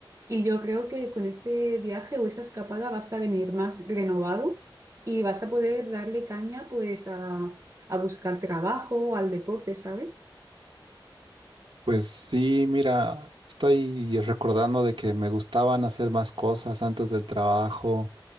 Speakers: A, on the right; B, on the right.
A: Y yo creo que con ese viaje o esa escapada vas a venir más renovado y vas a poder darle caña pues a, a buscar trabajo, al deporte, ¿sabes?
B: Pues sí, mira, estoy recordando de que me gustaban hacer más cosas antes del trabajo.